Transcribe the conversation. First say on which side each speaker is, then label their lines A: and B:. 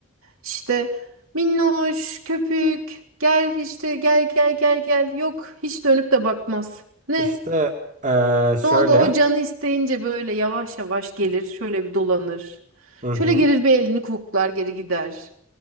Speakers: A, on the right (about 70°); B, on the right (about 40°).
A: İşte minnoş, köpük, gel işte gel gel gel gel. Yok hiç dönüp de bakmaz. Ne?
B: İşte e, şöyle.
A: Ne oldu? O canı isteyince böyle yavaş yavaş gelir. Şöyle bir dolanır.
B: Hı hı.
A: Şöyle gelir bir elini koklar geri gider.